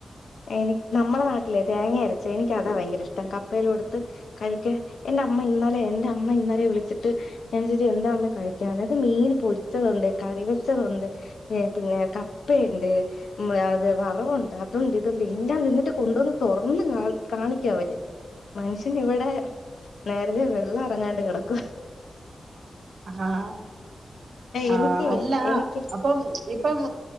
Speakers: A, on the left (about 85°); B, on the right (about 75°).
A: എനി നമ്മുടെ നാട്ടിലേ തേങ്ങ എനിക്കതാ ഭയങ്കര ഇഷ്ടം കപ്പൽ കൊടുത്ത് കഴിക്കാൻ എന്റെ അമ്മ ഇന്നലെ എന്റെ അമ്മ ഇന്നലെ വിളിച്ചിട്ട് ാ എന്താമ്മ കഴിക്കാാന് ത് മീൻ പൊരിച്ചതുണ്ട് കറി വെച്ചതുണ്ട് പിന്നെ കപ്പുണ്ട് അത് വറവുണ്ട് അത ഇതുണ്ട് ഇല്ലാ നിന്നിട്ട് കൊണ്ടുവന്ന് തൊറന്ന് കാ കാണിക്കും അവര് മനുഷ്യൻ ഇവിടെ നേരത്തെ വെള്ളം എറങ്ങാണ്ട് കെടക്കുവാര്ന്ന്
B: ആഹ് ആ
A: എനിക്ക്
B: അല്ല
A: എനിക്ക്
B: അപ്പം ഇപ്പം